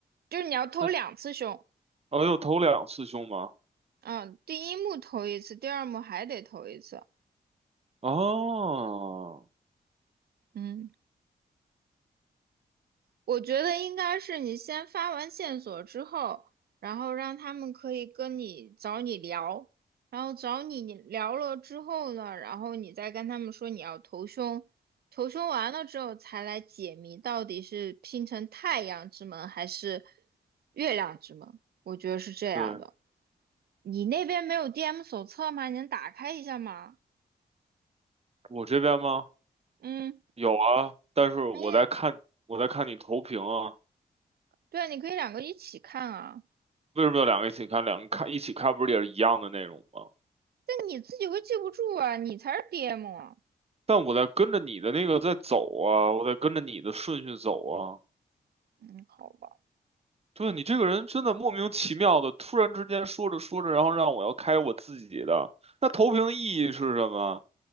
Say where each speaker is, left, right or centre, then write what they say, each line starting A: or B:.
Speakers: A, on the right; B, on the right.
A: 就是你要投两次凶，
B: 那哦，有头两次胸吗？
A: 嗯，第一幕投一次，第二幕还得投一次，
B: 哦，
A: 嗯。我觉得应该是你先发完线索之后，然后让他们可以跟你找你聊，然后找你聊了之后呢，然后你再跟他们说你要投凶，投凶完了之后才来解谜，到底是拼成太阳之门还是月亮之门？我觉得是这样的。
B: 对，
A: 你那边没有 DM 手册吗？你能打开一下吗？
B: 我这边吗？
A: 嗯，
B: 有啊，但是我在看我在看你投屏啊，
A: 哎，对啊，你可以两个一起看啊，
B: 为什么要两个一起看？两个看一起看不是也是一样的内容吗？
A: 但你自己会记不住啊，你才是 DM 啊。
B: 但我在跟着你的那个在走啊，我在跟着你的顺序走啊。
A: 嗯，好吧，
B: 对，你这个人真的莫名其妙的，突然之间说着说着，然后让我要开我自己的，那投屏的意义是什么？